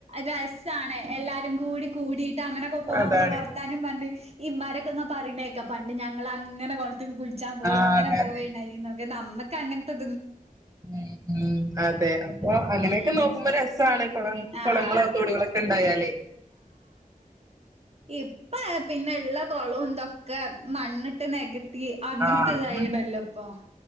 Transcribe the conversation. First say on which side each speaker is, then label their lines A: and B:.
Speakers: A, on the right (about 45°); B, on the right (about 25°).
A: രസാണ് എല്ലാരുംകൂടി കൂടിട്ട് അങ്ങനൊക്കെ പോവുമ്പോ
B: അതാണ്
A: വർത്താനും പർഞ് ഈ മാരൊക്കെങ്ങ പറിണേക്കാ പണ്ട് ഞങ്ങളങ്ങനെ കൊൾത്ത്ല് കുൾച്ചാൻപോയ്
B: ആ
A: ങ്ങനെ
B: അതെ
A: പോയി
B: അതെ
A: <unintelligible> പോവേണ്ടായിരിക്ക നമ്മക്ക് അങ്ങൻത്തെ
B: ഉ ഉ അതെ
A: അങ്ങനെ
B: അപ്പൊ അങ്ങനെക്കെ
A: ഉം
B: നോക്കുമ്പോ ര.. സാണ് കുള
A: ആഹ്
B: കുളങ്ങളോ തോടുകളൊക്കെണ്ടായാൽ
A: ഇപ്പാ പിന്നെള്ള കൊളും തൊക്കെ മണ്ണ്ട്ട് നെക ട്ടീ അങ്ങൻത്തതായിണല്ലോ
B: ആ അതുണ്ട്
A: പ്പം